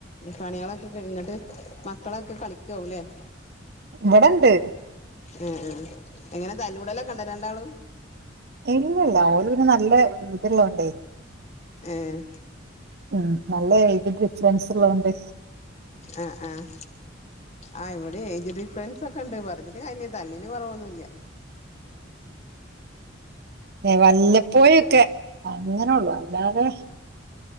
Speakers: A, on the left; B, on the right.
A: പണികളൊക്കെ കഴിട്ട് മക്കളൊക്കെ കളിക്കാവല്ലേ <unintelligible>
B: ഇവിടെണ്ട്
A: ആ ആ എങ്ങനെ തല്ലൂടലൊക്കെ ഇണ്ട രണ്ടാളും
B: ഇല്ലല്ല ഓല് പിന്നെ നല്ല ഇത് ഉള്ളോണ്ടെ
A: ഏഹ്
B: ഉം നല്ല എയ്ജ് ഡിഫറൻസ് ഉള്ളത് കൊണ്ട്
A: ആഹ് ആഹ് ആഹ് ഇവിടേം ഏജ് ഡിഫ്രൻസ് ഒക്കെണ്ട് പറഞ്ഞിട്ട് കാര്യം ഇല്ല തല്ലിന് കുറവൊന്നുമില്ല
B: ആഹ വല്ലപ്പോയൊക്കെ അങ്ങനെള്ളൂ അല്ലാതെ